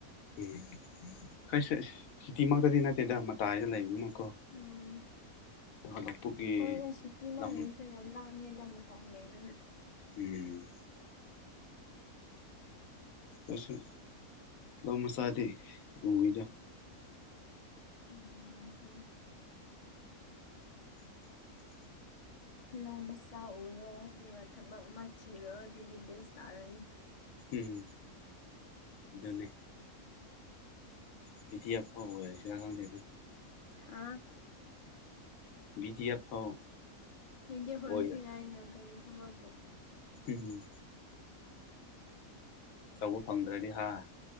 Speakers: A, on the left; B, on the left.
A: ꯎꯝ ꯈꯩꯈꫭꯏꯁꯦ ꯁꯤꯇꯤꯃꯥꯛꯇꯗꯤ ꯅꯠꯇꯦꯗ ꯃꯇꯥꯏꯗ ꯂꯩꯕꯅꯤꯅꯀꯣ꯫
B: ꯎꯝ
A: ꯑꯗꯨꯒ ꯂꯧꯄꯨꯛꯀꯤ
B: ꯍꯣꯏꯅꯦ ꯁꯤꯇꯤ <unintelligible>
A: ꯂꯝ
B: ꯌꯥꯝ ꯂꯥꯡꯉꯦꯗ ꯃ ꯇꯥꯏꯝ ꯂꯩꯕꯅ
A: ꯎꯝ ꯀꯁꯨ ꯂꯃꯁꯗꯗꯤ ꯎꯨ <unintelligible>
B: ꯎꯝ ꯑꯝꯐ <unintelligible>
A: <inaudible>
B: ꯂꯧ ꯃꯆꯥ ꯎꯔꯣ ꯑꯗꯨꯒ ꯊꯕꯛ ꯑꯃ ꯊꯤꯔꯣ ꯑꯗꯨꯗꯤ ꯕꯦꯁ ꯇꯥꯔꯅꯤ
A: ꯎꯝ ꯑꯗꯨꯅꯤ ꯚꯤ ꯗꯤ ꯑꯦꯐ ꯐꯥꯎꯕ ꯑꯣꯏꯔꯁꯤꯔꯥ ꯈꯪꯗꯦꯅꯦ
B: ꯍꯥꯥ <unintelligible>
A: ꯚꯤ ꯗꯤ ꯑꯦꯐ ꯐꯥꯎ
B: ꯚꯤ ꯗꯤ ꯑꯦꯐ
A: ꯑꯣꯏꯔꯦ
B: ꯑꯣꯏꯁꯨ ꯌꯥꯏꯅ ꯀꯔꯤ ꯊꯕꯥꯛꯄꯨ
A: ꯎꯝ ꯑꯆꯧꯕ ꯐꯪꯗ꯭ꯔꯗꯤ ꯍꯥ